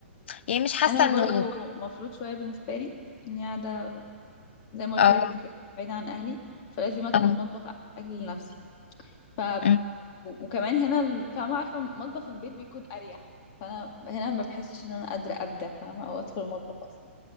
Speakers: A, on the left; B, on the left.
A: يعني مش حاسه
B: انا
A: انه
B: برضو مفروض شوية بالنسبة لي اني قاعدة زي ما قلت
A: اه
B: لك بعيدة عن اهلي فلازم ادخل
A: اه
B: المطبخ اعمل اكل لنفسي ف
A: أمم.
B: وكمان هنا ال- فاهمة عارفة مطبخ البيت بيكون اريح فانا هنا ما بحسش ان انا قادرة ابدع فاهمة او ادخل المطبخ اصلا